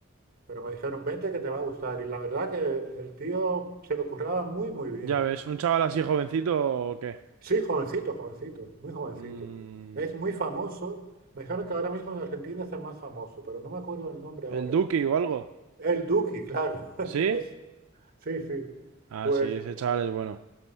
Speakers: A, on the right (about 45°); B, on the right (about 75°).
A: pero me dijeron, vente que te va a gustar. Y la verdad que el tío se lo curraba muy, muy bien.
B: Ya ves, ¿un chaval así jovencito o qué?
A: Sí, jovencito, jovencito, muy jovencito.
B: Mm,
A: Es muy famoso. Me dijeron que ahora mismo en Argentina es el más famoso, pero no me acuerdo el nombre
B: ¿el
A: ahora.
B: Duki o algo?
A: El Duki, claro. <laughs>
B: ¿Sí?
A: Es, sí, sí.
B: Ah,
A: Pues
B: sí, ese chaval es bueno.